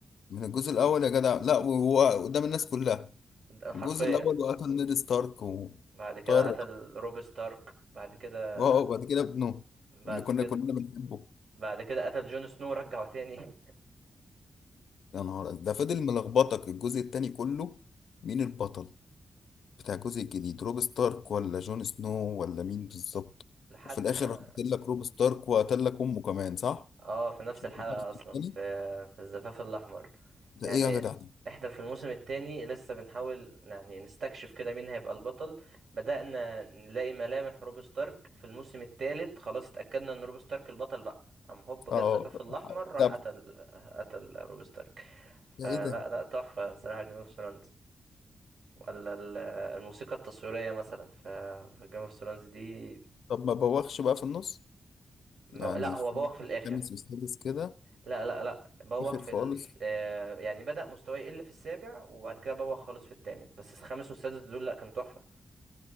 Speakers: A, on the left; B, on the right.
A: من الجزء الاول يا جدع لا وهو قدام الناس كلها
B: ده حرفيا
A: من الجزء الاول وقتل نيد ستارك وطار
B: بعد كده قتل روب ستارك بعد كده
A: اه وبعد كده ابنه
B: بعد
A: اللي كنا
B: كده
A: كلنا بنحبه
B: بعد كده قتل جون سنو ورجعه تاني <laughs>
A: يا نهار أز- ده فضل ملخبطك الجزء التاني كله مين البطل بتاع الجزء الجديد روب ستارك ولا جون سنو ولا مين بالظبط
B: لحد
A: وفي الاخر
B: ما
A: راح قاتل لك روب ستارك وقتل لك امه كمان صح
B: اه في نفس
A: مش الجزء
B: الحلقة اصلا
A: التاني
B: في في الزفاف الاحمر
A: ده
B: يعني
A: ايه يا جدع دي
B: احنا في الموسم التاني لسه بنحاول يعني نستكشف كده مين هيبقى البطل بدأنا نلاقي ملامح روب ستارك في الموسم التالت خلاص اتأكدنا ان روب ستارك البطل بقى قام هوب
A: اه
B: جه الزفاف الاحمر راح
A: ده
B: قتل قتل روب ستارك
A: ده
B: فلا
A: ايه ده
B: لا تحفة صراحة جيم اوف ثرونز ولا ال- الموسيقى التصويرية مثلا في في جيم اوف ثرونز دي
A: طب ما بوخش بقى في النص
B: ما-
A: يعني
B: لا هو
A: في
B: بوخ في الاخر
A: الخامس والسادس كده
B: لا لا لا بوخ
A: اخر
B: في
A: خالص
B: ال... آه، يعني بدأ مستواي يقل في السابع وبعد كده بوخ خالص في الثامن بس الخامس والسادس دول لا كانوا تحفة